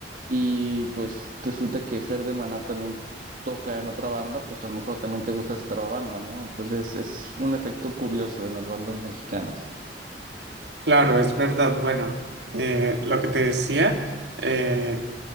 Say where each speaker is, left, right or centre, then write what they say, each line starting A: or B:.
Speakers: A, on the right; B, on the right.
A: y pues resulta que Fer de Maná también toca en otra banda, pues a lo mejor también te gusta esa otra banda, ¿no? Entonces es un efecto curioso en las bandas mexicanas.
B: Claro, es verdad. Bueno, eh, lo que te decía. eh,